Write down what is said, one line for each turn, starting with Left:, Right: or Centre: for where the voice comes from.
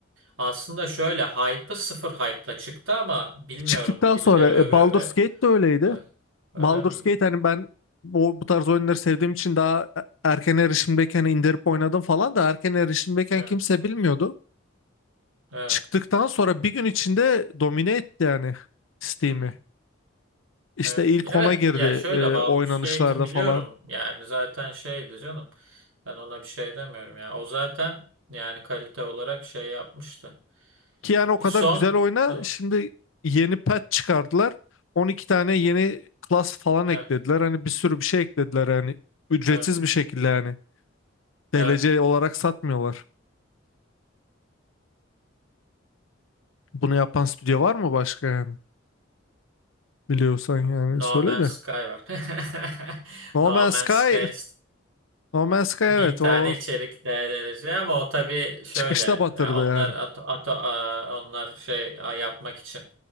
Right: Aslında şöyle hype'ı sıfır hype'la çıktı ama bilmiyorum
Left: Çıktıktan
Right: birileri
Left: sonra
Right: öve
Left: e, Baldur's
Right: öve.
Left: Gate de öyleydi.
Right: Evet. Öyle
Left: Baldur's
Right: miydi?
Left: Gate hani ben bu, bu tarz oyunları sevdiğim için daha e, erken erişimdeyken indirip oynadım falan da erken erişimdeyken
Right: Evet.
Left: kimse bilmiyordu.
Right: Evet.
Left: Çıktıktan sonra bir gün içinde domine etti yani Steam'i.
Right: Hı hı.
Left: İşte
Right: Evet.
Left: ilk
Right: Ya
Left: ona
Right: Evet
Left: girdi
Right: ya şöyle
Left: e,
Right: Baldur's
Left: oynanışlarda
Right: Gate'in biliyorum
Left: falan.
Right: yani zaten şeydi canım. Ben ona bir şey demiyorum ya. O zaten yani kalite olarak şey yapmıştı.
Left: Ki yani o
Right: E,
Left: kadar
Right: son
Left: güzel oyna.
Right: evet
Left: Şimdi yeni patch çıkardılar. 12 tane yeni class falan
Right: evet
Left: eklediler. Hani bir sürü bir şey eklediler yani. Ücretsiz
Right: evet.
Left: bir şekilde yani. DLC
Right: evet.
Left: olarak satmıyorlar. Bunu yapan stüdyo var mı başka yani? Biliyorsan yani
Right: No
Left: söyle
Right: Man's
Left: de.
Right: Sky var. <laughs>
Left: No
Right: No
Left: Man's
Right: Man's
Left: Sky,
Right: Sky
Left: No Man's Sky evet
Right: Bin tane
Left: o
Right: içerik değerlenecek ama o tabii şöyle
Left: çıkışta batırdı
Right: ya onlar
Left: yani.
Right: ato, ato, a- onlar şey a, yapmak için